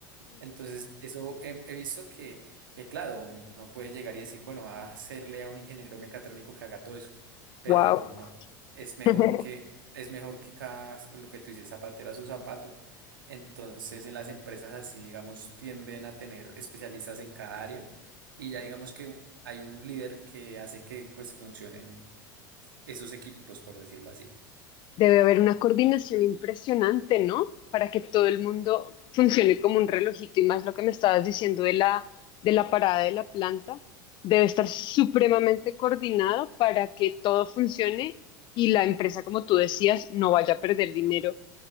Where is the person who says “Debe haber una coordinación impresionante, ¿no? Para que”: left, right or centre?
Left